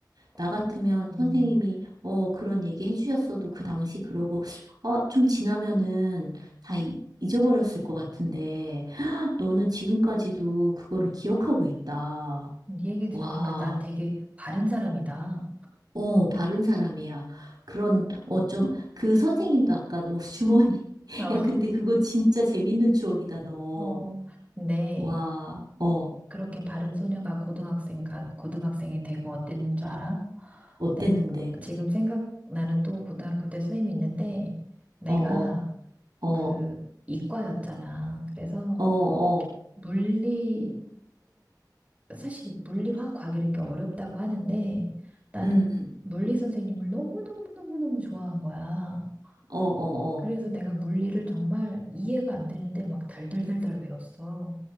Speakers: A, on the right; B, on the right.
A: 나 같으면
B: 음,
A: 선생님이
B: 음.
A: 어, 그런 얘기 해주셨어도 그 당시 그러고 아, 좀 지나면은 다 잊- 잊어버렸을 것 같은데 <gasps> 너는 지금까지도 그거를 기억하고 있다.
B: 네 얘기 들으니까
A: 와.
B: 나 되게 바른 사람이다.
A: 어, 바른 사람이야. 그런, 어, 좀, 그 선생님도 아까 너 주머니. <laughs>
B: 어,
A: 야, 근데 그거 진짜 재밌는 추억이다, 너.
B: 어. 근데,
A: 와, 어,
B: 그렇게 바른 소녀가 고등학생가 고등학생이 되고 어땠는 줄 알아?
A: 어땠는데?
B: 네, 지금 생각나는 또 고등학교 때 선생님이 있는데 내가
A: 어, 어, 어,
B: 그 이과였잖아. 그래서
A: 어, 어,
B: 물리를 사실 물리화 과학 이런 게 어렵다고 하는데 나는
A: 음,
B: 물리 선생님을 너무너무너무너무 좋아한 거야.
A: 어, 어,
B: 그래서
A: 어.
B: 내가 물리를 정말 이해가 안 되는데 막 달달달달 외웠어.